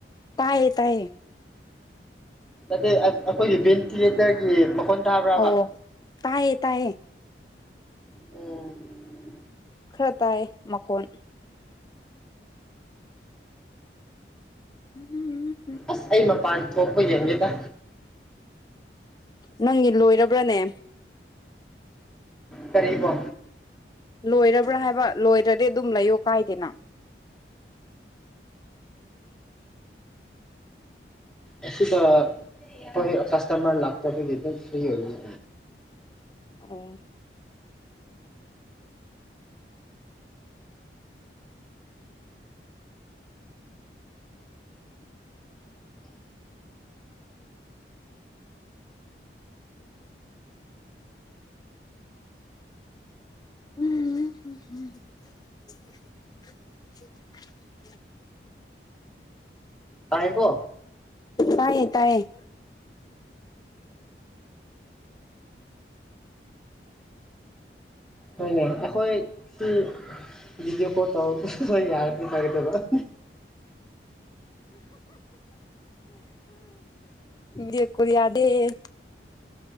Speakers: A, on the left; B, in the centre.
A: ꯇꯌꯦ ꯇꯌꯦ
B: ꯑ ꯑꯩꯈꯣꯏꯒꯤ ꯚꯦꯟꯇꯤꯂꯦꯇꯔꯒꯤ ꯃꯈꯣꯟ ꯇꯥꯕ꯭ꯔꯕ
A: ꯑꯣ ꯇꯥꯏꯌꯦ ꯇꯥꯏꯌꯦ
B: ꯎꯝ
A: ꯈꯔ ꯇꯥꯏ ꯃꯈꯀꯣꯟ ꯎꯝ ꯎꯝ
B: ꯑꯁ ꯑꯩ ꯃꯄꯥꯟ ꯊꯣꯛ ꯍꯃꯦꯦ ꯇ
A: ꯅꯪꯒꯤ ꯂꯣꯏꯔꯕ ꯕ꯭ꯔꯅꯦ
B: ꯀꯔꯤꯕꯣ
A: ꯂꯣꯏꯔꯕ꯭ꯔꯥ ꯍꯥꯏꯕ ꯂꯣꯏꯗ꯭ꯔꯗꯤ ꯑꯗꯨꯝ ꯂꯩꯌꯣ ꯀꯥꯏꯗꯦꯅ
B: ꯑꯦꯁꯨꯗ ꯑꯩꯏ ꯀꯥꯁꯇꯃꯔ ꯂꯥꯛꯄꯗꯤ ꯐ꯭ꯔꯤ ꯑꯣꯏ
A: ꯑꯣ ꯎꯝꯝ
B: ꯇꯥꯏꯀꯣ
A: ꯇꯥꯏꯌꯦ ꯇꯥꯏꯌꯦ
B: ꯍꯣꯏꯅꯦ ꯑꯩꯈꯣꯏ ꯁꯤ ꯚꯤꯗꯤꯑꯣ ꯀꯣꯜ ꯇꯧꯔꯒ ꯑꯩꯈꯣꯏ ꯌꯥꯔꯗꯤ ꯐꯒꯦꯗꯕ
A: ꯌꯦ ꯀ ꯌꯥꯗꯦ <inaudible>